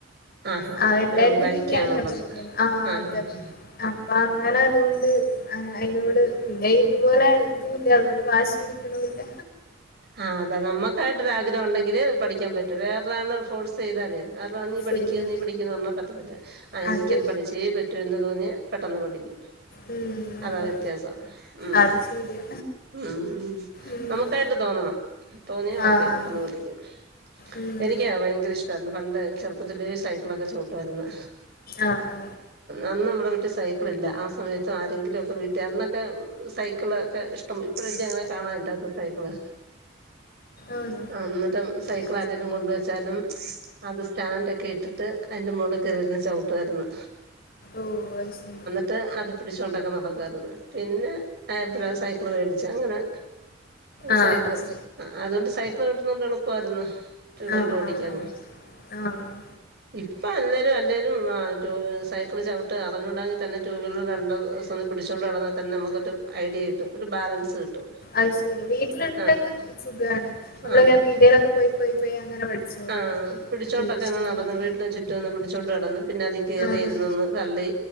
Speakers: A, on the right; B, on the left.
A: ആഹാ
B: ആഹ് ഇണ്ടായിരുന്നുപിന്നെ
A: ബൈക്കാണുള്ളത്
B: അങ്ങനെ പടിക്കൻ ആഹ്
A: ആഹാ
B: അതന്നെ
A: ഹാ.
B: അപ്പൊ അങ്ങനെ അതോണ്ട് ആഹ് എന്നോട് പിന്നെ ഇതുപോലെ ഇതൂല്ല്യ അതോണ്ട് വാശി പിടിക്കണൂല്ല
A: ആഹ് അതാ നമ്മക്കായിട്ട് ഒരാഗ്രഹം ഒണ്ടെങ്കില് പഠിക്കാമ്പറ്റും വേ വേറെ ഒരാൾ ഫോഴ്സ് ചെയ്താലേ വേറൊരാൾ ആ നീ പഠിക്ക്
B: ശരിയാ
A: നീ പഠിക്കന്ന് പറഞ്ഞാൽ പറ്റത്തില്ല ആഹ് എനിക്കത്
B: അത്
A: പഠിച്ചേ പറ്റൂ എന്ന് തോന്നിയാ പെട്ടെന്ന് പഠിക്കും
B: ഉം
A: അതാ
B: അതെ
A: വ്യത്യാസം ഉം
B: അത് ശരിയാ
A: ഉം
B: ഉം
A: നമുക്കായി അവർക്ക് തോന്നണം തോന്നിയാ ഓക്കെ
B: ആഹ്
A: പെട്ടെന്ന് പഠിക്കും
B: ഉം
A: എനിക്ക് ഭയങ്കര ഇഷ്ടായിരുന്നു പണ്ട് ചെറുപ്പത്തിലേ സൈക്കിളൊക്കെ ചവിട്ടുവാരുന്നു
B: ആഹ് ആഹ്
A: അന്ന് നമ്മടെ വീട്ടി സൈക്കിളില്ല ആ സമയത്തു ആരെങ്കിലുവൊക്കെ വീട്ടി അന്നൊക്കെ സൈ സെയ്‌ക്കിള് ഒക്കെ ഇഷ്ടം ഇപ്പഴല്ലേ അങ്ങനെ കാണാൻ കിട്ടാത്തെ സൈക്കിള്
B: ആഹ്
A: ആഹ് അന്നിട്ടം സൈക്കിള്
B: ആഹ് ആഹ്
A: ആരേലും കൊണ്ടുവച്ചാലും അത് സ്റ്റാൻഡൊക്കെ ഇട്ടിട്ട് അയിന്റെ മോളികേറിയിരുന്ന് ചവിട്ടുവാരുന്നു
B: ഓഹ് അയ്ശെയി
A: എന്നിട്ട് അത് പിടിച്ചോണ്ടൊക്കെ നടക്കുവാരുന്നു പിന്നെ എപ്പഴാ സൈക്കിള് വേടിച്ചെ അങ്ങനെ
B: ആഹ് ആഹ്
A: സൈക്കിള് അതോണ്ട് സൈക്കിള് ചവിട്ടുന്നോണ്ടെളുപ്പായിരുന്നു റ്റൂവീൽന്റർ
B: ആഹ്
A: ഓടിക്കാന്
B: ആഹ് ആഹ് ആഹ് ആഹ്
A: ഇപ്പം അല്ലേരും അല്ലേലും ആഹ് ടൂവീല് സൈക്കിള് ചവിട്ട് അറിഞ്ഞൂടാങ്കിത്തന്നെ ടൂ വീൽറ് രണ്ട് ദോസം ഒന്ന് പിടിച്ചോണ്ട് നടന്നാത്തന്നെ നമുക്കൊരു ഐഡിയ കിട്ടും ഒരു ബാലൻസ് കിട്ടും
B: അയ്ശെരി വല്ലിയ വീട്ടിൽ ഉണ്ടെങ്കിൽ
A: ആ
B: സുഖാണ് നമ്മളങ്ങനെ
A: ആ
B: പീഡയേലൊക്കെ പോയി പോയി പോയി അങ്ങനെ പഠിച്ചോളും
A: ആ പിടിച്ചോണ്ടൊക്കെ
B: ഇരിക്കത്
A: അങ്ങനെ നടന്നു വീട്ട്ന് ചു ചുറ്റു ഒന്ന് പിടിച്ചോണ്ട് നടന്ന് പിന്നതീ കേറിയിരുന്നൊന്ന്
B: ആഹ്
A: തള്ളി